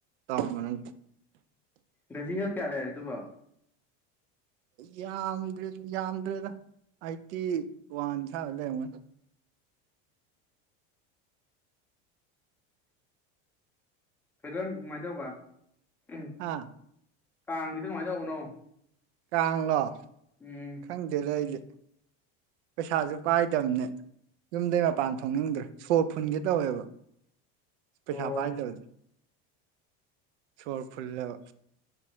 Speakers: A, on the right; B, in the centre.
A: ꯇꯧꯔꯝꯕꯅꯦ
B: ꯕꯦꯇꯔꯤ ꯍꯦꯜꯠ ꯀꯌꯥ ꯂꯩꯔꯤ ꯑꯗꯨꯕꯨ
A: ꯌꯥꯝꯗ꯭ꯔꯦꯗ ꯌꯥꯝꯗ꯭ꯔꯦꯗ ꯑꯥꯏꯠꯇꯤ ꯋꯥꯟ ꯁꯥꯏꯋꯥꯏꯗ ꯂꯩꯔꯝꯒꯅꯤ
B: <inaudible>
A: ꯑꯥ
B: ꯀꯥꯡꯒꯤꯗꯣ ꯀꯃꯥꯏꯅ ꯇꯧꯕꯅꯣ
A: ꯀꯥꯡꯂꯣ
B: ꯎꯝ
A: ꯈꯪꯗꯦꯗ ꯑꯩꯗꯤ ꯄꯩꯁꯥꯁꯨ ꯄꯥꯏꯗꯕꯅꯦ ꯌꯨꯝꯗꯩ ꯃꯄꯥꯟ ꯊꯣꯛꯅꯤꯡꯗ꯭ꯔꯦ ꯁꯣꯔ ꯐꯨꯟꯒꯦ ꯇꯧꯋꯦꯕ ꯄꯩꯁꯥ
B: ꯑꯣ
A: ꯄꯥꯏꯗꯕ ꯆꯣꯔ ꯐꯨꯂꯕ